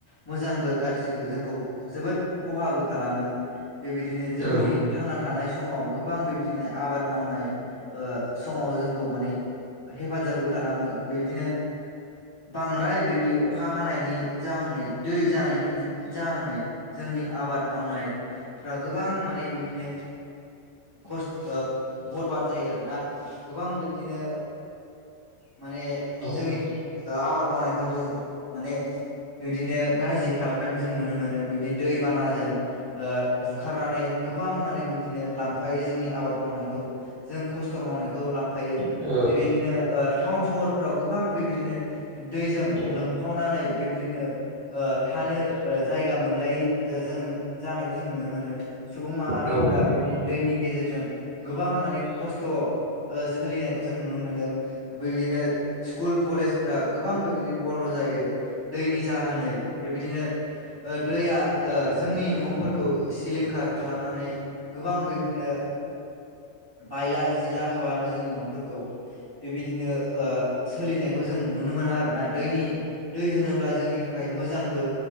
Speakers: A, on the left; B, on the right.
A: मोजांबो गाज्रिबो जोंखौ जोबोद खहाबो खालामो बेबा यदिनो जोंनि
B: औ
A: थांना थानाय समाव गोबां बेबायदिनो आबाद मावनाय समाव जोंखौ माने हेफाजाबबो खालामो बेबायदिनो बांद्राय बेबायदि अखा हानायनि जाहोनै दै जानायनि जाहोनै जोंनि आबाद मावनाय फ्रा गोबां माने बिबदिनो खस बरबाद जायो आरोना गोबां बिब्दिनो माने
B: औ
A: जोंनि आबाद मावनायफोरखौ माने बिबदिनो गाज्रि खालामनायखौ जों नुनो मोनो। बिबदि दैबानाजों बुखारनानै गोबां माने बिबदिनो लांफायो जोंनि आबाद मावनायखौ जों खस्थ' मावनायखौ लां फायो
B: औ
A: बेबादिनो थाउन सहरफ्राव गोबां बेबायदिनो दैजों
B: औ
A: लोमफावनानै बेबायदिनो थानो जायगा मोनलायि जों जानायखौ जों नुनो मोनो सुबुं माहारिफोरा
B: हागोन
A: बेबायदिनो दैनि गेजेरजों गोबां माने खस्थ' सोलिनायखौ जों नुनो मोनदों बेबायदिनो स्कुल कलेजफोरा गोबां बेबायदिनो बन्द' जायो दैनि जाहोनै बेबायदिनो दैया जोंनि न' फोरखौ सिलिंखार खालामनानै गोबां बिदिनो बायला जिला खालामो जोंनि न'फोरखौ बेबायदिनो सोलिनायखौ जों नुनो मोनो आरोना दैनि दै होनोब्ला जोंनि थाखाय मोजांबो